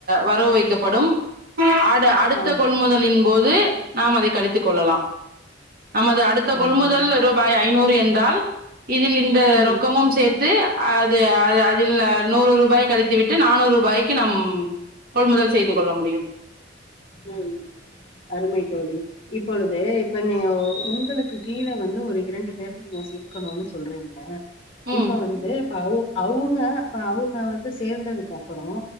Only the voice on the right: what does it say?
வரவு வைக்கப்படும் அடு அடுத்த
கொள்முதலின் போது நாம் அதை கழித்து கொள்ளலாம் நமது அடுத்த
கொள்முதல்
ரூபாய் ஐநூறு என்றால் இதில் இந்த
ரொக்கமும் சேத்து அது அது அதில் நூறு ரூபாய் கழித்து விட்டு நானூறு வாய்க்கி நம் கொள்முதல் செய்து கொள்ள முடியும்
ம்